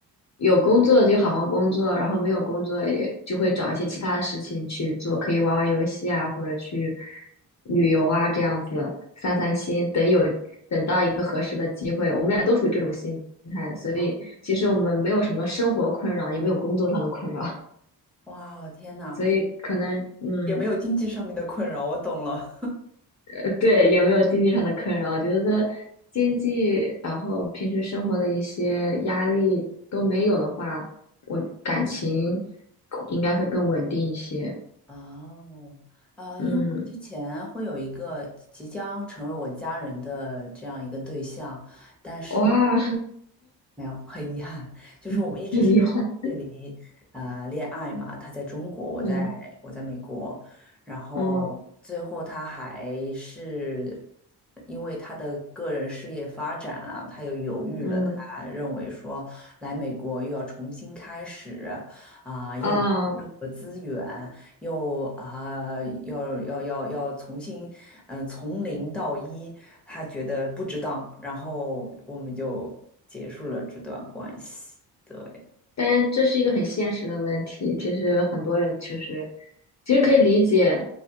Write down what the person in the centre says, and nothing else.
哦，
哇，天呐，
也没有经济上面的困扰，我懂了。
哦，啊，
因为我之前会有一个即将成为我家人的这样一个对象，但是
没有，很遗憾，就是我们一直是朝距离啊、
呃恋爱嘛，他在中国，我在我在美国，
然后最后他还是
因为他的个人事业发展啊，他又犹豫了，
他认为说来美国又要重新开始啊、又没有任何资源，
又啊、要要要要重新，嗯、从零到一，他觉得不值当，然后我们就结束了这段关系。对。